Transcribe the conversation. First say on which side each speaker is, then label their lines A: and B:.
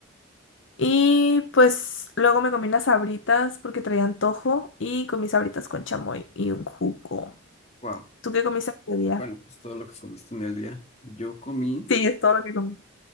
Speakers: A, on the left; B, on the left.
A: Y pues luego me comí las sabritas porque traía antojo y comí sabritas con chamoy y un jugo.
B: Wow.
A: ¿Tú qué comiste ese día?
B: Bueno, pues todo lo que comiste en el día. Yo comí,
A: Sí, es todo lo que comí.